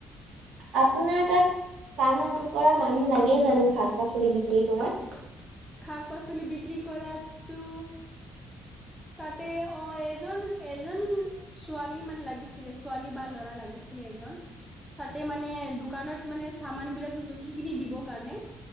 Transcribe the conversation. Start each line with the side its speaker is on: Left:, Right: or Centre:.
Right: আপোনাৰ তাত কাম কৰা মানুহ লাগে জানো শাক পাচলি বিক্ৰী কৰাত?
Centre: শাক পাচলি বিক্ৰী কৰাতটো তাতে অ এজন এজনী ছোৱালী মানে লাগিছিলে। ছোৱালী বা ল'ৰা লাগিছি আছিলে এজন। তাতে মানে দোকানত মানে চামান বিলাক জুখি কিনি দিব কাৰণে।